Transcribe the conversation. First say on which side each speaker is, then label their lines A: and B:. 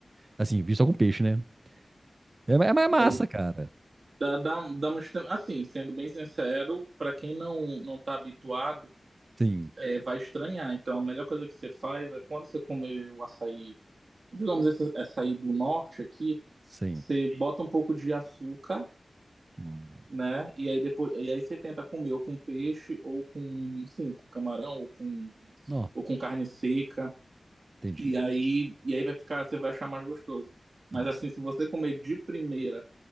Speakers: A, on the right (about 35°); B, on the right (about 65°).
A: Assim, vi só com peixe, né? É, ma- é ma- é massa,
B: E aí
A: cara.
B: dá, dá, dá uma estran- Assim, sendo bem sincero, para quem não não tá habituado,
A: Sim,
B: é, vai estranhar. Então, a melhor coisa que você faz é quando você comer o açaí, digamos esse açaí do norte aqui,
A: sim.
B: você Sim. bota um pouco de açúcar,
A: Hum,
B: né? E aí depois, e aí você tenta comer ou com peixe ou com, sim, com camarão ou com
A: Não,
B: ou com carne seca.
A: entendi.
B: E aí, e aí vai ficar, você vai achar mais gostoso. Mas
A: Nossa,
B: assim, se você comer de primeira